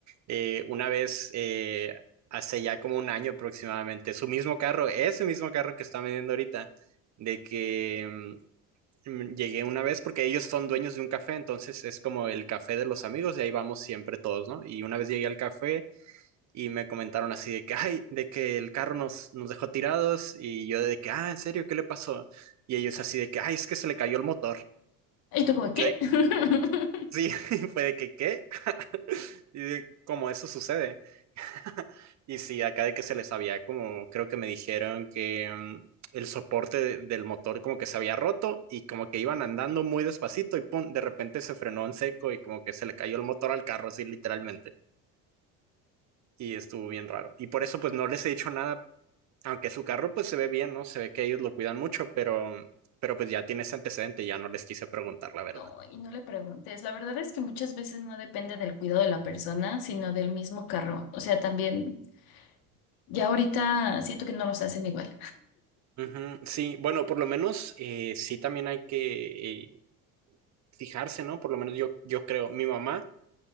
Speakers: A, on the right (about 50°); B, on the left (about 70°).
A: eh, una vez, eh, hace ya como un año aproximadamente, su mismo carro, ese mismo carro que está vendiendo ahorita, de que mm, mm, llegué una vez, porque ellos son dueños de un café, entonces es como el café de los amigos, y ahí vamos siempre todos, ¿no? Y una vez llegué al café. y me comentaron así de que, ay, de que el carro nos, nos dejó tirados y yo de que, ah, ¿en serio? ¿Qué le pasó? Y ellos así de que, ay, es que se le cayó el motor.
B: ¿Y tú como qué?
A: Y de-
B: <laughs>
A: sí, <laughs> fue de que, ¿qué? <laughs> Y de, como eso sucede. <laughs> Y sí, acá de que se les había como, creo que me dijeron que mm, el soporte de- del motor como que se había roto y como que iban andando muy despacito y pum, de repente se frenó en seco y como que se le cayó el motor al carro así literalmente. Y estuvo bien raro. Y por eso pues no les he dicho nada aunque su carro pues se ve bien, ¿no? Se ve que ellos lo cuidan mucho, pero, pero pues ya tiene ese antecedente, ya no les quise preguntar la verdad.
B: No, y no le preguntes. La verdad es que muchas veces no depende del cuidado de la persona, sino del mismo carro. O sea, también ya ahorita siento que no los hacen igual.
A: Ujú, Sí, bueno, por lo menos eh, sí también hay que eh, fijarse, ¿no? Por lo menos yo, yo creo, mi mamá